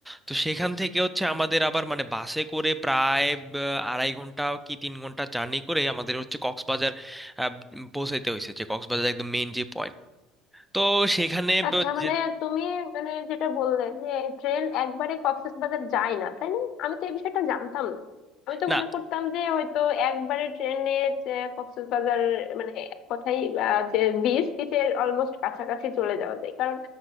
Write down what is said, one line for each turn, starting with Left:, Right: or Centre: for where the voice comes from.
Centre: তো সেখান থেকে হচ্ছে আমাদের আবার মানে বাসে করে প্রায় বা আড়াই ঘন্টা কি তিন ঘন্টা জার্নি করে আমাদের হচ্ছে আহ, পৌঁছাইতে হয়েছে যে কক্সবাজার একদম মেইন যে পয়েন্ট তো সেখানে
Left: আচ্ছা
Centre: ব-
Left: মানে
Centre: যে-
Left: তুমি মানে যেটা বললে যে ট্রেন একবারে কক্সবাজার যায় না তাই না আমি তো এই বিষয়টা জানতাম না আমি তো
Centre: না
Left: মনে করতাম যে হয়তো একবারে ট্রেনে কক্সবাজার মানে এক কথাই আহ, যে বিচ বিচের অলমোস্ট কাছাকাছি চলে যাওয়া যায় কারণ